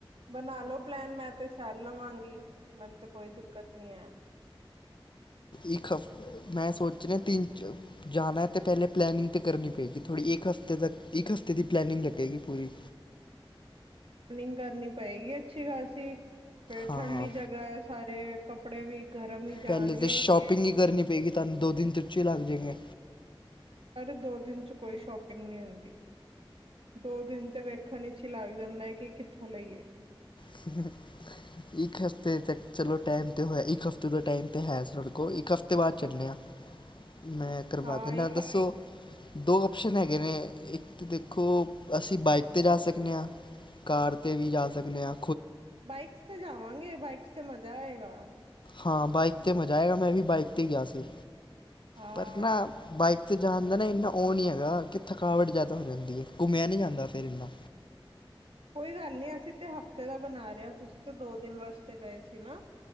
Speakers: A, on the right; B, on the left.
A: ਬਣਾ ਲੋ ਪਲੈਨ, ਮੈਂ ਤੇ ਚਲ ਲਵਾਂਗੀ, ਮੈਨੂੰ ਤੇ ਕੋਈ ਦਿੱਕਤ ਨੀ ਹੈ।
B: ਇੱਕ ਹ ਮੈਂ ਸੋਚ ਰਿ ਤਿੰਨ। ਜਾਣਾ ਤਾਂ, ਪਹਿਲੇ ਪਲੈਨਿੰਗ ਤਾਂ ਕਰਨੀ ਪਏਗੀ, ਥੋੜ੍ਹੀ ਇੱਕ ਹਫ਼ਤੇ ਤੱਕ, ਇੱਕ ਹਫ਼ਤੇ ਦੀ ਪਲੈਨਿੰਗ ਲੱਗੇਗੀ, ਪੂਰੀ।
A: ਰਨਿੰਗ ਕਰਨੀ ਪਏਗੀ, ਅੱਛੀ ਖਾਸੀ, ਫਿਰਰ
B: ਹਾਂ
A: ਠੰਡੀ ਜਗ੍ਹਾ ਹੈ, ਸਾਰੇ ਕੱਪੜੇ ਵੀ ਗਰਮ ਹੀ ਜਾਣਗੇ
B: ਪਹਿਲੇ ਤਾਂ, ਸ਼ੋਪਿੰਗ ਹੀ ਕਰਨੀ ਪਏਗੀ, ਤੁਹਾਨੂੰ ਦੋ ਦਿਨ 'ਚੇ ਹੀ ਲੱਗ ਜਾਏਗੇ।
A: ਪਰ ਦੋ -ਦਿਨ 'ਚ ਕੋਈ ਸ਼ੋਪਿੰਗ ਨਹੀਂ ਹੁੰਦੀ, ਦੋ ਦਿਨ 'ਚ ਤੇ ਵੇਖਣ ਵਿੱਚ ਹੀ ਲੱਗ ਜਾਂਦਾ ਹੈ, ਕਿ ਕਿੱਥੋਂ ਲਈਏ।
B: <inaudible> ਇੱਕ ਹਫ਼ਤੇ ਤੱਕ ਚਲੋ ਟਾਈਮ ਤੇ ਹੋਇਆ, ਇੱਕ ਹਫ਼ਤੇ ਤੋਂ ਟਾਈਮ ਤੇ ਹੈ ਸਾਡੇ ਕੋਲ, ਇੱਕ ਹਫ਼ਤੇ ਬਾਅਦ ਚਲਦੇ ਹਾਂ। ਮੈਂ ਕਰਵਾ
A: ਹਾਂ
B: ਦਿੰਦਾ
A: ਇੱਕ
B: ਦੱਸੋ, ਦੋ ਆਪਸ਼ਨ ਹੈਗੇ ਨੇ, ਇੱਕ ਅਤੇ ਦੇਖੋ, ਅਸੀਂ ਬਾਈਕ ਤੇ ਜਾ ਸਕਦੇ ਹਾਂ, ਕਾਰ ਤੇ ਵੀ ਜਾ ਸਕਦੇ ਹਾਂ।
A: ਬਾਈਕ ਤੇ ਜਾਵਾਂਗੇ, ਬਾਈਕ ਤੇ ਮਜ਼ਾ ਆਏਗਾ।
B: ਹਾਂ, ਬਾਈਕ ਤੇ ਮਜ਼ਾ ਆਏਗਾ, ਮੈਂ ਵੀ ਬਾਈਕ ਤੇ ਗਿਆ ਸੀ
A: ਹਾਂ
B: ਪਰ ਨਾ। ਬਾਈਕ ਤੇ ਜਾਣ ਦਾ ਨਾ, ਇੰਨਾ ਉਹ ਨਹੀਂ ਹੈਗਾ ਕਿ ਥਕਾਵਟ ਜ਼ਿਆਦਾ ਹੋ ਜਾਂਦੀ ਹੈ, ਘੁੰਮਿਆ ਨਹੀਂ ਜਾਂਦਾ ਫਿਰ ਇੰਨਾ।
A: ਕੋਈ ਗੱਲ ਨਹੀਂ, ਅਸੀਂ ਤਾਂ ਹਫ਼ਤੇ ਦਾ ਬਣਾ ਰਹੇ ਹ, ਤੁਸੀਂ ਤਾਂ ਦੋ ਦਿਨ ਵਾਸਤੇ ਗਏ ਸੀ ਨਾ।